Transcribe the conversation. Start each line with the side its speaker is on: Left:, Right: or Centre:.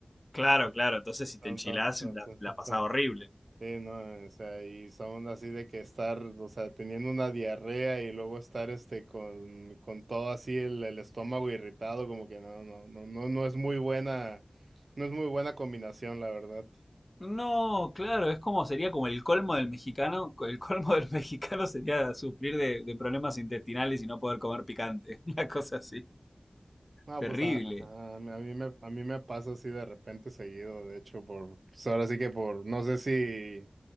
Left: Claro,
Right: Entonces,
Left: claro, entonces si te
Right: tan,
Left: enchilás
Right: tan, tan,
Left: la,
Right: tan,
Left: la
Right: tan,
Left: pasás
Right: tan.
Left: horrible.
Right: Sí, no, o sea, y son así de que estar, o sea, teniendo una diarrea y luego estar este con, con todo así el, el estómago irritado, como que no, no, no, no, no es muy buena, no es muy buena combinación, la verdad.
Left: No, claro, es como sería como el colmo del mexicano. El colmo del <laughs> mexicano sería sufrir de, de problemas intestinales y no poder comer picante. <laughs> Una cosa así.
Right: No,
Left: Terrible.
Right: pues a, a- a mí a mí me, a mí me pasa así de repente seguido, de hecho, por, pues, ahora sí que por, no sé si,